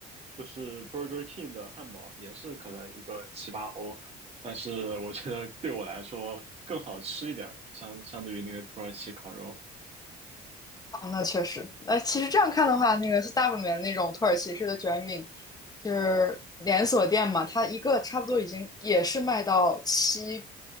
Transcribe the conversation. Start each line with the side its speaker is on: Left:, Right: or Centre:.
Right: 就是 Burger King 的汉堡，也是可能一个七八欧，但是我觉得对我来说更好吃一点儿，相相对于那个土耳其烤肉。
Left: 哦，那确实，那其实这样看的话，那个 Stop 里面那种土耳其式的卷饼，就是连锁店嘛，它一个差不多已经也是卖到七